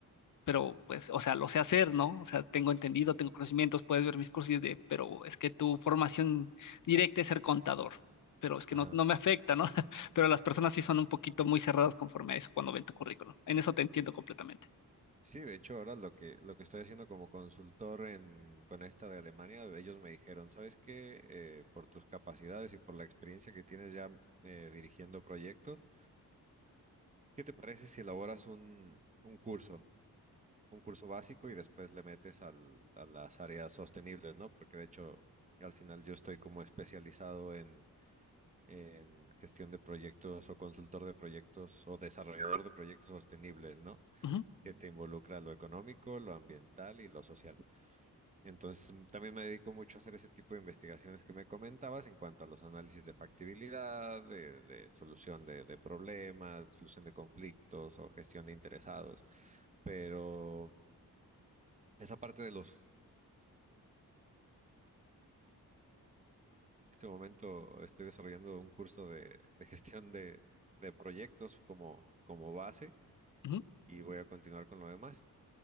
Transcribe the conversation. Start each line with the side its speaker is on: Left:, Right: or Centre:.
Left: pero pues, o sea, lo sé hacer, ¿no? O sea, tengo entendido, tengo conocimientos, puedes ver mis cursos y es de, pero es que tu formación directa es ser contador. Pero es que
Right: Ajá.
Left: no, no me afecta, ¿no? <laughs> Pero las personas sí son un poquito muy cerradas conforme a eso cuando ven tu currículum. En eso te entiendo completamente.
Right: Sí, de hecho, ahora lo que, lo que estoy haciendo como consultor en, con esta de Alemania, ellos me dijeron, ¿sabes qué? Eh, por tus capacidades y por la experiencia que tienes ya eh, dirigiendo proyectos, ¿qué te parece si elaboras un, un curso? un curso básico y después le metes al- a las áreas sostenibles, ¿no? Porque de hecho, al final yo estoy como especializado en, en gestión de proyectos o consultor de proyectos o desarrollador de proyectos sostenibles, ¿no?
Left: Ujú,
Right: que te involucra lo económico, lo ambiental y lo social. Entonces, mm, también me dedico mucho a hacer ese tipo de investigaciones que me comentabas en cuanto a los análisis de factibilidad, de, de solución de, de problemas, solución de conflictos o gestión de interesados. Pero esa parte de los este momento estoy desarrollando un curso de, de gestión de, de proyectos como, como base
Left: ujú.
Right: y voy a continuar con lo demás.